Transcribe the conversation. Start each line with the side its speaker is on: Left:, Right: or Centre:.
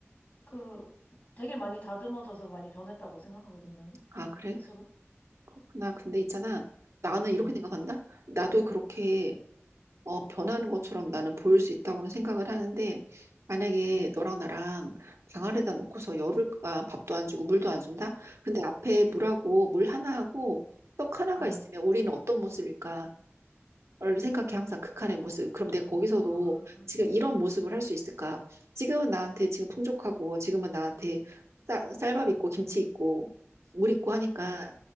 Left: 그 되게 많이 다듬어져서 많이 변했다고 생각하거든, 난
Right: 아, 그래?
Left: 스스로.
Right: 그렇구나. 근데 있잖아. 나는 이렇게
Left: 응,
Right: 생각한다. 나도 그렇게 어, 변하는 것처럼 나는 보일 수 있다고는 생각을 하는데, 만약에
Left: 응,
Right: 너랑 나랑 방 안에다 놓고서 열흘간 밥도 안 주고 물도 안 준다? 근데 앞에 물하고 물 하나하고 떡 하나가
Left: 응.
Right: 있으면 우리는 어떤 모습일까? 얼른 생각해 항상 극한의 모습. 그럼 내가 거기서도
Left: 아,
Right: 지금 이런 모습을 할 수 있을까? 지금은 나한테 지금 풍족하고 지금은 나한테 쌀, 쌀밥 있고 김치 있고 물 있고 하니까
Left: 응,